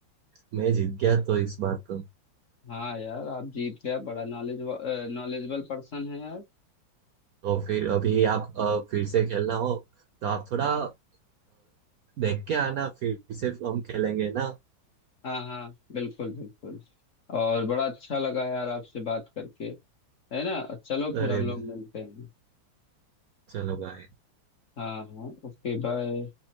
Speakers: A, on the right; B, on the left.
A: मैं जीत गया तो इस बार तो
B: हाँ यार आप जीत गया बड़ा नॉलेज नॉलेजेबल पर्सन है यार
A: तो फिर अभी आप अ, फिर से खेलना हो तो आप थोड़ा अ, देख के आना फिर से हम खेलेंगे ना
B: हाँ हाँ बिल्कुल बिल्कुल और बड़ा अच्छा लगा यार आपसे बात करके है ना चलो फिर
A: अरे
B: हम लोग
A: बिल्कुल।
B: मिलते हैं
A: चलो बाय
B: हाँ हाँ ओके बाय